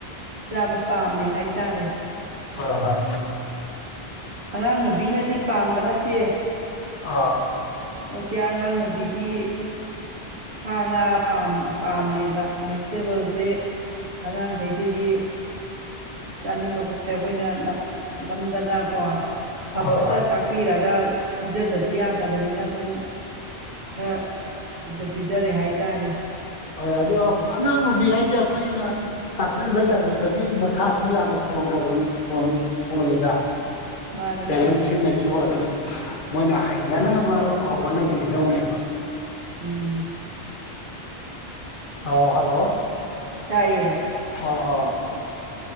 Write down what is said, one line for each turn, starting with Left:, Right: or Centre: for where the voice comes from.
Right: ꯆꯥꯕ ꯄꯥꯝꯃꯦ ꯍꯥꯏꯇꯥꯔꯦ
Left: ꯍꯣꯏ ꯍꯣꯏ
Right: ꯑꯉꯥꯡ ꯅꯨꯨꯕꯤꯅꯗꯤ ꯄꯥꯝꯕ ꯅꯠꯇꯦ
Left: ꯑꯥ
Right: ꯃꯣꯏꯗꯤ ꯑꯉꯥꯡ ꯅꯨꯕꯤꯗꯤ ꯁꯥ ꯉꯥ ꯄꯥꯝꯃꯦꯕ ꯚꯤꯖꯤꯇꯦꯕꯜꯁꯦ ꯑꯉꯥꯡꯈꯩꯗꯗꯤ ꯆꯥꯅꯤꯡꯕ ꯄꯣꯛꯇꯦ ꯑꯩꯈꯣꯏꯅ ꯅꯝꯗꯅꯀꯣ ꯐ
Left: ꯍꯣꯏ
Right: ꯐꯠꯇ
Left: ꯍꯣꯏ
Right: ꯇꯥꯛꯄꯤꯔꯒ ꯄꯤꯖꯗꯗꯤ ꯌꯥꯗꯕꯅꯤꯅ ꯑꯗꯨꯝ ꯈꯔ ꯑꯗꯨꯗ ꯄꯤꯖꯔꯦ ꯍꯥꯏꯇꯥꯔꯦ
Left: ꯍꯣꯏ ꯑꯗꯣ ꯑꯉꯥꯡ ꯅꯨꯕꯤ ꯍꯥꯏꯁꯦ ꯑꯈꯣꯏꯅ ꯇꯥꯛꯄꯤꯕ ꯇꯝꯕꯤꯕꯒꯤ ꯃꯈꯥꯁꯨ ꯌꯥꯝꯅ ꯄꯣꯟꯒꯔꯥꯕꯅꯤ ꯐꯣꯟ ꯑꯣꯜꯂꯤꯗ
Right: ꯃꯥꯅꯦ
Left: ꯄꯦꯔꯦꯟꯁꯤꯡꯅꯁꯨ
Right: ꯃꯥꯅꯦ
Left: ꯑꯗꯨꯝ ꯃꯣꯏꯅ ꯍꯩꯅꯅꯕ ꯍꯣꯠꯅꯕꯤꯒꯗꯧꯅꯦꯕ
Right: ꯎꯝ
Left: ꯑ ꯍꯜꯂꯣ
Right: ꯇꯥꯏꯌꯦ
Left: ꯑꯣ ꯑꯣ